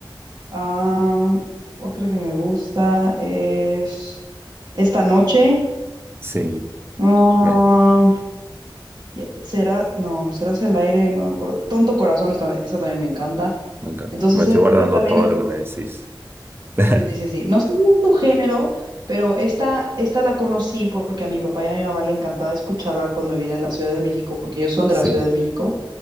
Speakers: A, on the right; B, on the right.
A: ah, otra que me gusta es Esta Noche,
B: Sí,
A: ah,
B: me,
A: Ya, Será, no, serás el aire, no me acuerdo. Tonto corazón, esta, esta también me encanta.
B: me encanta.
A: Entonces,
B: Me estoy
A: e-
B: guardando
A: esa también
B: todo
A: es.
B: lo que me decís. <laughs>
A: Sí, sí, sí, sí. No sé si es tu género, pero esta, esta la conocí porque a mi papá y a mi mamá le encantaba escucharla cuando viene a la Ciudad de México, porque ellos son
B: Sí,
A: de la Ciudad de México.